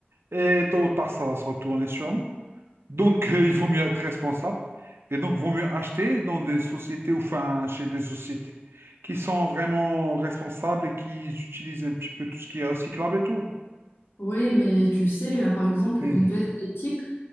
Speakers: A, on the right; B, on the left.
A: et tôt ou tard, ça va se retourner sur nous. Donc, euh, il vaut mieux être responsable, et donc, vaut mieux acheter dans des sociétés, ou enfin, chez des sociétés qui sont vraiment responsables et qui utilisent un petit peu tout ce qui est recyclable et tout.
B: Oui, mais tu sais, euh, par exemple,
A: Hmm.
B: une veste éthique,